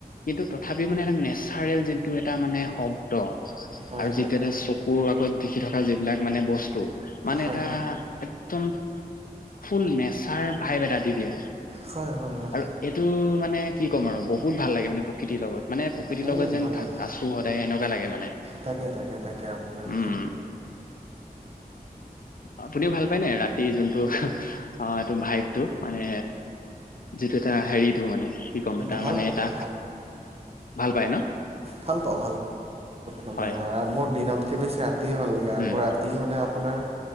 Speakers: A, on the left (about 65°); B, on the right (about 40°).
A: কিন্তু তথাপিও মানে এটা নেচাৰেল যোনটো এটা মানে শব্দ
B: হয়
A: আৰু
B: হয়
A: যিটিয়া
B: হয়
A: এটা চকুৰ আগত দেখি থকা যিবিলাক মানে বস্তু মানে
B: হয়
A: এটা একদম ফুল নেচাৰ ভাইব এটা দি দিয়ে।
B: হয় হয় হয়
A: আৰু এইটো মানে কি ক'ম আৰু বহুত ভাল লাগে মানে প্ৰকৃতিৰ লগত। মানে প্ৰকৃতিৰ
B: ভাল
A: লগত
B: লাগে
A: যেন
B: ভাল লাগে
A: আছো সদায় এনেকুৱা লাগে মানে।
B: তাকে তাকে তাকে আপোনাৰ
A: উম আপুনিও ভাল নায় নায় ৰাতি যোনটো অ' এইটো ভাই টো মানে যিটো এটা হেৰিটো মানে কি ক'ম এটা
B: ভাল
A: মানে এটা
B: পাওঁ,
A: ভাল পায় ন
B: ভাল পাওঁ মানে
A: হয়
B: আৰামৰ দিনতকে বেছি ৰাতি ভাল লাগে
A: উম
B: আকৌ ৰাতি মানে আপোনাৰ